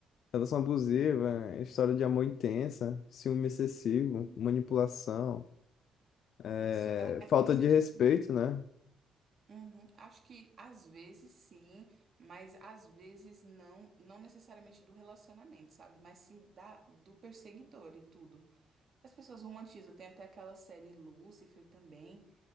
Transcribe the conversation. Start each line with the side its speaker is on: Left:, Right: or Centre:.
Left: relação abusiva, história de amor intensa, ciúme excessivo,
Right: Uhum.
Left: manipulação, é,
Right: Isso é, um, é
Left: falta
Right: como se
Left: de
Right: tipo
Left: respeito, né?
Right: Uhum. Acho que às vezes sim, mas às vezes não, não necessariamente do relacionamento, sabe? Mas sim da, do perseguidor e tudo. As pessoas romantizam, tem até aquela série Lúcifer também,